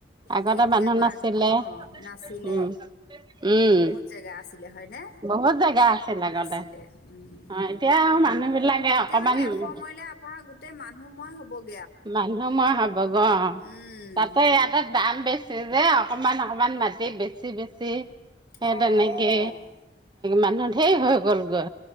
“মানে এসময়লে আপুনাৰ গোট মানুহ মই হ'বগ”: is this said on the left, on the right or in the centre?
Left